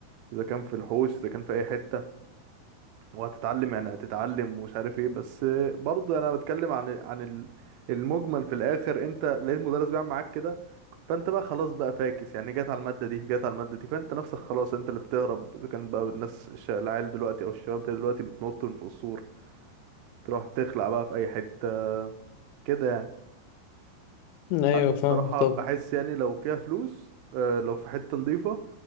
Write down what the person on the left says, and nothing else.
ايوه
فاهمك طبعا